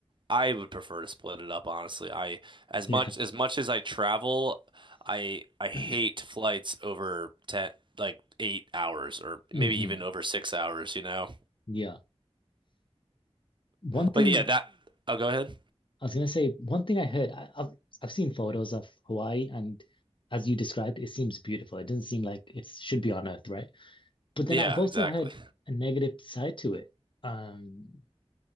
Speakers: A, on the right; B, on the left.
A: I would prefer to split it up, honestly. I as
B: Yeah.
A: much as much as I travel, I I hate
B: <clears throat>
A: flights over 10 like eight hours or
B: hmm
A: maybe even over six hours, you know.
B: Yeah. One thing
A: But yeah, that. Oh, go ahead.
B: I was gonna say one thing I heard. I, I've I've seen photos of Hawaii, and as you described, it seems beautiful. It doesn't seem like it should be on Earth, right? But then
A: Yeah,
B: I've also
A: exactly.
B: heard a negative side to it. Um,